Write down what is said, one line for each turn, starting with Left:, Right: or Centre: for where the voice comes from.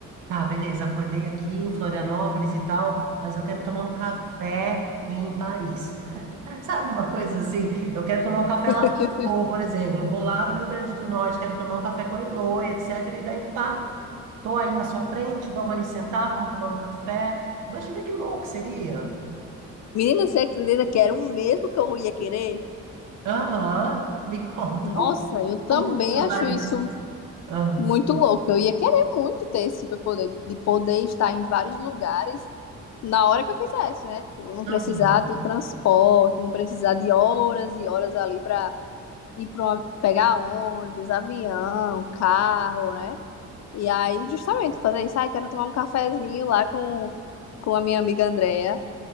Right: tá, beleza, acordei aqui em Florianópolis e tal, mas eu quero tomar um café em Paris. <laughs> Sabe uma coisa assim? Eu quero tomar um café
Left: <laughs>
Right: lá com a Elô, por exemplo. Vou lá pro Rio Grande do Norte, quero tomar um café com a Elô, etc. E daí, pá, tô aí na sua frente, vamos ali sentar, vamos tomar um café. Imagina que louco seria.
Left: Menina, você acredita que era o mesmo que eu ia querer?
Right: Aham, me <laughs> conta,
Left: Nossa,
Right: como,
Left: eu também
Right: como que você usaria?
Left: acho isso
Right: Ah,
Left: muito louco. Eu ia querer muito ter esse superpoder, de poder estar em vários lugares na hora que eu quisesse, né? Tipo, não precisar
Right: Aham,
Left: do transporte, não precisar de horas e horas ali pra ir para uma, pegar ônibus, avião, carro, né? E aí, justamente, fazer isso, ah, quero tomar um cafezinho lá com, com a minha amiga Andrea.